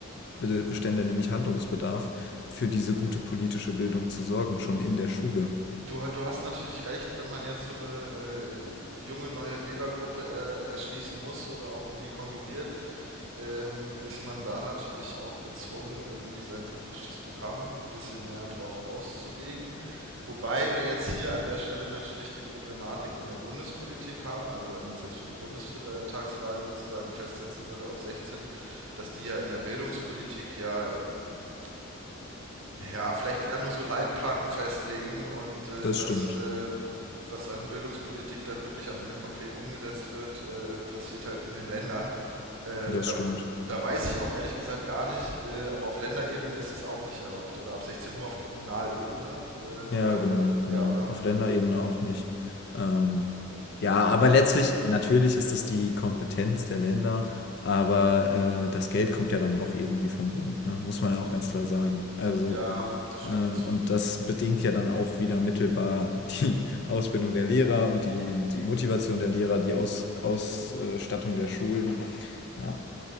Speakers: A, on the left (about 55°); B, on the right (about 70°).
A: be- bestände nämlich Handlungsbedarf, für diese gute politische Bildung zu sorgen, schon in der Schule.
B: Du, ha- du hast natürlich recht, wenn man jetzt so eine äh, junge neue Wählergruppe äh, erschließen muss oder auch um die konkurriert, ähm, ist man da natürlich auch gezwungen, irgendwie sein politisches Programm ein bisschen mehr drauf auszulegen. Wobei wir jetzt hier an der Stelle natürlich die Problematik in der Bundespolitik haben, also wenn man es jetzt für die Bundestagswahl sozusagen festsetzen würde auf 16, dass die ja in der Bildungspolitik ja ähm, ja, vielleicht eher nur so Leitplanken festlegen und äh,
A: Das
B: das,
A: stimmt.
B: äh, was an Bildungspolitik dann wirklich am Ende konkret umgesetzt wird, äh, passiert halt in den Ländern. Äh,
A: Das
B: da,
A: stimmt.
B: da weiß ich auch ehrlich gesagt gar nicht, äh, aber auf Länderebene ist es auch nicht erlaubt oder ab 16 nur auf Kommunalebene
A: Ja,
B: äh, oder
A: genau, genau.
B: ja, oder?
A: Auf Länderebene auch nicht. Ähm, ja, aber letztlich, natürlich ist das die Kompetenz der Länder, aber äh, das Geld kommt ja dann doch irgendwie vom Bund, ne? Muss man ja auch ganz klar sagen. Also,
B: Ja, das stimmt.
A: ähm, und das bedingt ja dann auch wieder mittelbar die <laughs> Ausbildung der Lehrer und die, die Motivation der Lehrer, die Aus, Ausstattung der Schulen. Ja,